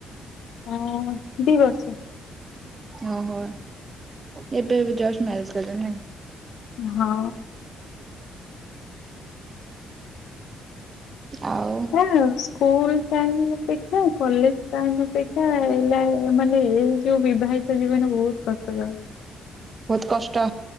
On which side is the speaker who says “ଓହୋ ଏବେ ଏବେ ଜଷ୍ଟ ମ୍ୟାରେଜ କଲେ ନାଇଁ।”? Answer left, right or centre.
Right